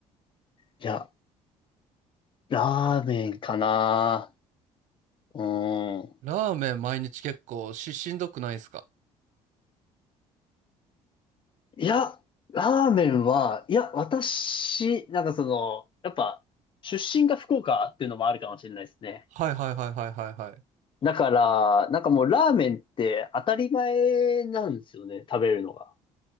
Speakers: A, on the left; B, on the right.
A: いや、ラーメンかな。うん。
B: ラーメン毎日結構し、しんどくないですか
A: いや、ラーメンは、いや、私、なんかその、やっぱ、出身が福岡っていうのもあるかもしれないですね。
B: はいはいはいはいはいはい。
A: だから、なんかもうラーメンって当たり前なんですよね、食べるのが。